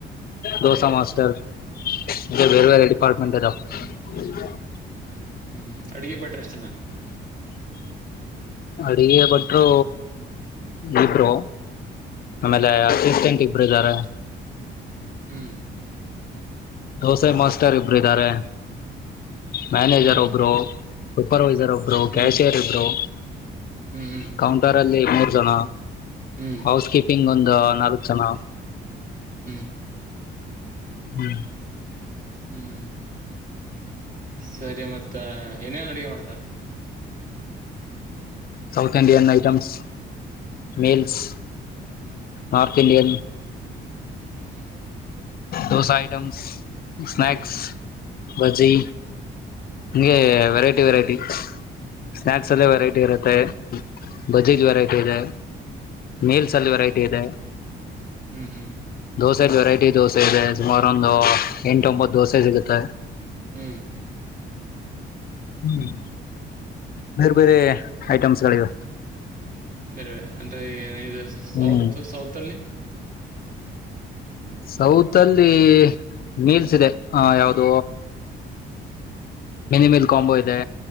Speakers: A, on the left (about 50°); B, on the right (about 45°).
A: ದೋಸ ಮಾಸ್ಟರ್ ಬೇರೆ ವೆರೈಟಿ ಅಪಾರ್ಟ್ಮೆಂಟ್ದ <inaudible>
B: ಹ್ಮ್್ಮ್ ಅಡ್ಗೆ ಬಟ್ರ ಅಷ್ಟನ
A: ಅಡಿಗೆ ಬಟ್ರು ಇಬ್ರು
B: ಹ್ಮ್
A: ಆಮೇಲೆ ಅಸಿಸ್ಟೆಂಟ್ ಇಬ್ಬರು ಇದಾರೆ
B: ಹ್ಮ್
A: ದೋಸೆ ಮಾಸ್ಟರ್ ಇಬ್ರು ಇದ್ದಾರೆ ಮನೇಜರ್
B: ಹ್ಮ್ ಹ್ಮ್
A: ಒಬ್ರ ಸೂಪರ್ೈರ್ ಬ್ರ
B: ಹ್ಮ್
A: ಕ್ಯಾಸಿಯರ್ ಇ ಬ್ರೋ
B: ಹ್ಮ್
A: ಕೌಂಟರ್ ಅಲ್ಲಿ ಮೂರು ಜಣ
B: ಹ್ಮ್
A: ಹೌಸ್ ಕೀಪಿಂಗ್ ಒಂದು ನಾಲ್ಕ ಜನ
B: ಹ್ಮ
A: ಹ್ಮ್
B: ಹ್ಮ್ ಸರಿ ಮತ್ತ ಏನಲ್ಲ ಅಡಗೆ ಮಾಡ್ತ
A: ಸೌತ್ ಇಂಡಿಯನ್ ಐಟಮ್ಸ್ ಮೀಲ್ಸ್ ಹಾತಿಲ್ಲಿ
B: ಹ್ಮ್
A: ದೋಸಾ ಐಟಮ್ಸ್ ಸ್ನಾಯಕ್ಸ್
B: ಹ್ಮ್
A: ಬ್ಜಿ
B: ಹ್ಮ್ ಹ್ಮ್
A: ಹಂಗೆ ವೆರೈಟಿ ವೆರೈಟಿ ಸ್ನಾಯಕ್ಸ್
B: ಹ್ಮ್
A: ಅಲ್ಲಿ
B: ಹ್ಮ್
A: ವೆರೈಟಿ ಇರುತ್ತೆ ಬಜೀಜ್ ವೆರೈಟಿ ಇದೆ ಮೀಲ್ಸ್ ಅಲ್ಲಿ ವೆರೈಟಿ ಇದೆ
B: ಹ್ಮ್ ಹ್ಮ್ ಹ್ಮ್
A: ದೋಸೆ ವೆರೈಟಿ ದೋಸೆ ಇದೆ ಸುಮಾರ ಒಂದು ಎಂಟೊಂಬತ್ತು ದೋಸೆ ಸಿಗುತ್ತೆ
B: ಹ್ಮ್
A: ಹ್ಮ್ ಬೇರೆ ಬೇರೆ ಐಟಮ್ಸ್ಗಳಿವ
B: ಬೇರೆ ಬೇರೆ ಅಂದ್ರೆ ಇದು ಸೌತ್
A: ಹ್ಮ್
B: ಸೌತ್ ಅಲ್ಲಿ
A: ಸೌತ್ ಅಲ್ಲಿ ಮೀಲ್ಸ್ ಇದೆ ಹ ಯಾವ್ದ ಮಿನಿಮಿಲ್ ಕಾಂಬೋ ಇದೆ